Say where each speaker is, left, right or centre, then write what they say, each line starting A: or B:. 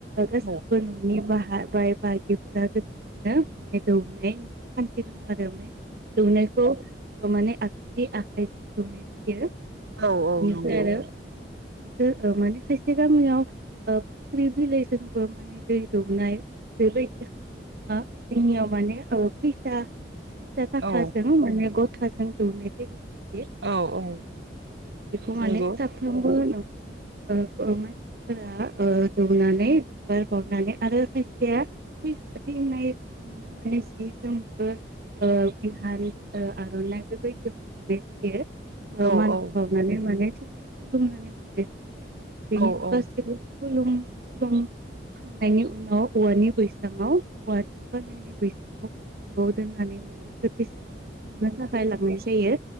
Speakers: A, on the right; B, on the right.
A: गासिबो
B: औ
A: न'निबा बा बाय बाहागिफोरा गोथैनो माने दौनाय खान्थि दङ आरो दौनायखौ माने आगसि आखाइजों दौनाय जायो।
B: औ
A: बेनिफ्राय
B: औ नंगौ।
A: आरो जो माने खायसे गामियाव फाख्रि बिलाइजोंबो माने दै दौनाय बेबायदि खान्थि दोङो जोंनियाव माने ओ फैसा फैसा थाखाजों
B: औ नंगौ औ नंगौ औ
A: माने ग थाजों दौनाय जायो आरो।
B: औ औ।
A: बेखौ
B: नंगौ
A: माने साफ्रोमबो बो न'खरनि ओ ओ मानसिफोरा ओ दौनानै बिबार बावनानै आरो खायसेया थै-थैनाय सुबुंनो माने जि जोमबो ओ बिहानि आर'नाइ बेबायदि हरफानाय जायो। ओ
B: औ
A: मान
B: औ।
A: बावनानै माने थैनाय खुलुमनानै हरनाय जायो। बिनिनो
B: औ औ
A: गासैबो खुलुम खुलुमखांनायनि उनाव औवानि बैसाङाव औवाजों बानायनाय बैसाङाव गोथैखौ दोननानै माने गोथैसालिसिम सावनो थाखाय लांनाय जायो।